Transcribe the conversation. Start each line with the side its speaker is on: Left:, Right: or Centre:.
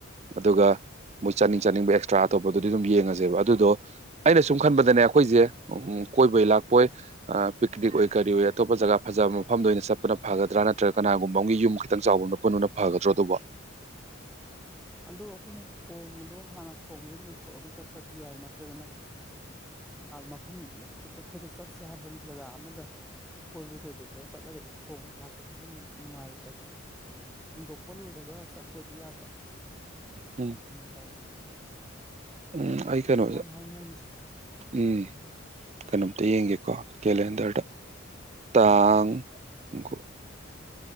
Right: ꯑꯗꯨꯒ ꯃꯣꯏ ꯆꯥꯅꯤꯡ ꯆꯥꯅꯤꯡꯕ ꯑꯦꯛꯁꯇ꯭ꯔꯥ ꯑꯇꯣꯞꯄꯗꯨꯗꯤ ꯑꯗꯨꯝ ꯌꯦꯡꯉꯁꯦꯕ ꯑꯗꯨꯗꯣ ꯑꯩꯅ ꯁꯨꯝ ꯈꯟꯕꯗꯅꯦ ꯑꯩꯈꯣꯏꯁꯦ ꯎ ꯀꯣꯏꯕꯣꯏ ꯂꯥꯛꯄꯣꯏ ꯄꯤꯛꯅꯤꯛ ꯑꯣꯏ ꯀꯔꯤ ꯑꯣꯏ ꯑꯇꯣꯞꯄ ꯖꯒꯥ ꯐꯖꯕ ꯃꯐꯝꯗ ꯑꯣꯏꯅ ꯆꯠꯄꯅ ꯐꯒꯗ꯭ꯔꯥꯅꯠꯇ ꯅꯠꯇ꯭ꯔ ꯀꯅꯥꯒꯨꯝꯕ ꯑꯃꯒꯤꯒꯤ ꯌꯨꯝ ꯈꯤꯇꯪ ꯆꯥꯎꯕ ꯃ ꯄꯨꯟꯅ ꯐꯒꯗ꯭ꯔꯣ ꯑꯗꯨꯕꯨ
Centre: ꯑꯗꯣ ꯑꯩꯈꯣꯏꯅ ꯊꯣꯡꯕꯗꯣ ꯍꯥꯟꯅ ꯊꯣꯡꯕꯗꯣ ꯂꯣꯏꯊꯣꯛꯑꯒ ꯆꯠꯄꯗꯤ ꯌꯥꯏ ꯅꯠꯇ꯭ꯔꯒꯅ ꯃꯐꯝ ꯑꯩꯈꯣꯏꯗ ꯆꯠꯁꯦ ꯍꯥꯏꯕ ꯖꯒꯥ ꯑꯃꯗ ꯀꯣꯏꯕ ꯀꯩꯕꯨꯣꯏ ꯇꯣ ꯆꯠꯂꯒꯗꯤ ꯊꯣꯡꯕ ꯊꯥꯛꯄꯗꯨꯁꯨ ꯑꯃꯨꯛ ꯅꯨꯡꯉꯥꯏꯔꯣꯏꯗꯕ ꯊꯣꯡꯗꯣꯛꯄ ꯂꯣꯏꯔꯒ ꯆꯠꯄꯗꯤ ꯌꯥꯕ
Right: ꯎꯝ
Centre: ꯑꯇꯔꯅꯤ ꯇ ꯑꯣꯏꯁ
Right: ꯎꯝ ꯑꯩ ꯀꯩꯅꯣꯁꯦ
Centre: ꯍꯥꯏꯅꯔꯤꯁꯦ
Right: ꯎꯝ ꯀꯩꯅꯣꯝꯇ ꯌꯦꯡꯒꯦ ꯀꯗ ꯇꯥꯡ ꯎꯀ